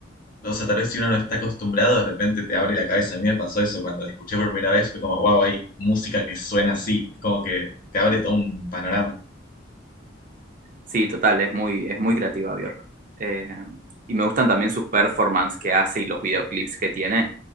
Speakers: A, on the left; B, on the right.
A: O sea, tal vez si uno no está acostumbrado, de repente te abre la cabeza. A mí me pasó eso cuando la escuché por primera vez, fue como, wow, hay música que suena así. Es como que te abre todo un panorama.
B: Sí, total, es muy, es muy creativa Bjork. Eh, y me gustan también sus performances que hace y los videoclips que tiene.